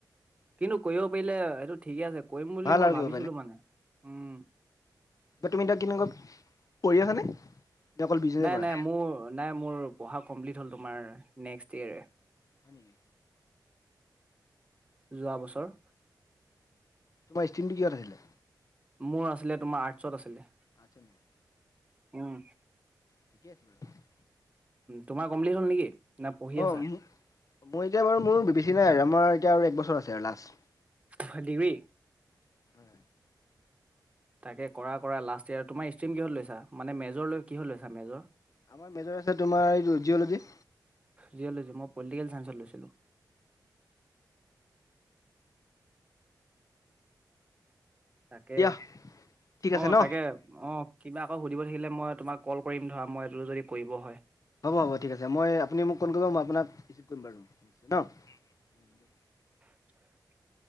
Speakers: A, on the right (about 15°); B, on the left (about 50°).
A: কিন্তু কৰিব পাৰিলে এইটো ঠিকে আছে কৰিম বুলি
B: ভাল
A: মই
B: আৰু
A: ভাবিছিলো
B: গৈ
A: মানে। উম
B: বা তুমি এতিয়া কেনেকুৱা পঢ়ি আছানে? নে অকল বিজনেছে
A: নাই
B: কৰা?
A: নাই মোৰ নাই মোৰ পঢ়া কমপ্লিট হ'ল তোমাৰ নেক্সট ইয়েৰ।
B: হয় নেকি?
A: যোৱা বছৰৰ।
B: তোমাৰ ষ্ট্ৰীমটো কিহত আছিলে?
A: মোৰ আছিলে তোমাৰ আৰ্টচত আছিলে।
B: আছে নাই
A: উম।
B: ঠিকে আছে বাৰু।
A: তোমাৰ কমপ্লিট হল নেকি? না পঢ়ি
B: অ,
A: আছা
B: মু, মই এতিয়া বাৰু মোৰ বেছি নাই আৰু আমাৰ এতিয়া আৰু এক বছৰ আছে আৰু লাষ্ট।
A: ফাদীবি
B: <unintelligible>
A: তাকে কৰা কৰা লাষ্ট ইয়াৰ তোমাৰ ষ্ট্ৰীম কিহত লৈছা? মানে মেজৰ লৈ কিহত লৈছা মেজৰ?
B: আমাৰ মেজৰ আছে তোমাৰ এইটো জিঅলজি।
A: জিঅ'লজি মই পলিটিকেল চাইন্সত লৈছিলোঁ। তাকে,
B: দিয়া ঠিক আছে
A: অ'তাকে
B: ন
A: অ কিবা- বা সুধিব থাকিলে মই তোমাক কল কৰিম ধৰা মই এইটো যদি কৰিব হয়।
B: হ'ব হ'ব ঠিক আছে। মই আপুনি মোক কল কৰিব মই আপোনাক ৰিচিভ কৰিম বাৰু। ঠিক আছে ন'? <inaudible>
A: <unintelligible>